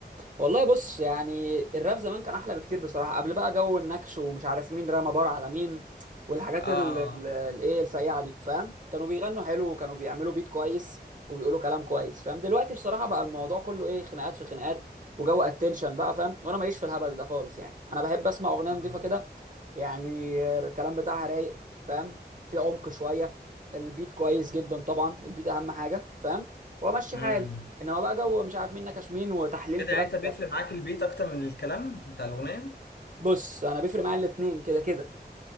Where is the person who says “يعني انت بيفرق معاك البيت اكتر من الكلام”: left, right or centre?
Left